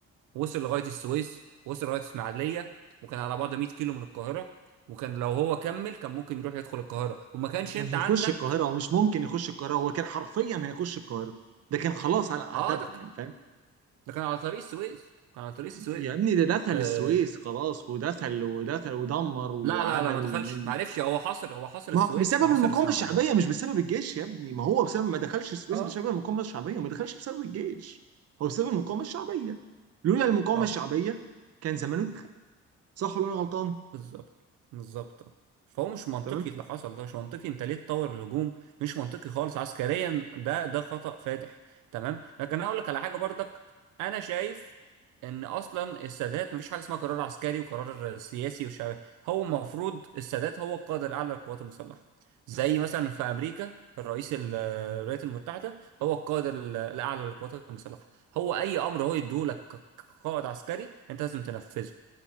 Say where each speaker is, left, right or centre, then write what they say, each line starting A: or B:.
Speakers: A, on the right; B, on the right.
A: وصل لغايه السويس وصل لغايه اسماعيليه وكان على بعد 100 كيلو من القاهره وكان لو هو كمل كان ممكن يروح يدخل القاهره وما كانش
B: كان
A: انت
B: هيخش
A: عندك
B: القاهرة هو مش ممكن يخش القاهرة هو كان حرفيا هيخش القاهرة ده كان خلاص على عتبها
A: اه ده ك-
B: يعني فاهم
A: ده كان على طريق السويس كان على طريق السويس
B: يا ابني ده دخل
A: آه
B: السويس خلاص ودخل ودخل ودمر وعمل
A: لا لا لا ما دخلش
B: ونيل
A: ما عرفش هو حاصر هو حاصر
B: ما
A: السويس
B: بسبب
A: وحاصر
B: المقاومة
A: اسماعيليه
B: الشعبية مش بسبب الجيش يا ابني ما هو بسبب ما دخلش السويس
A: اه
B: بسبب المقاومة الشعبية وما دخلش بسبب الجيش هو بسبب المقاومة الشعبية لولا المقاومة
A: اه
B: الشعبية كان زمانه دخل صح ولا انا غلطان
A: بالظبط بالظبط فهو مش منطقي
B: تمام
A: اللي حصل ده مش منطقي انت ليه تطور الهجوم مش منطقي خالص عسكريا ده ده خطأ فادح تمام لكن انا اقول لك على حاجه برضك انا شايف ان اصلا السادات مفيش حاجه اسمها قرار عسكري وقرار سياسي وشعبي هو المفروض السادات هو القائد الاعلى للقوات المسلحه زي مثلا في امريكا الرئيس ال- الولايات المتحده هو القائد ال- الاعلى للقوات المسلحه هو اي امر هو يديه لك ك- كقائد عسكري انت لازم تنفذه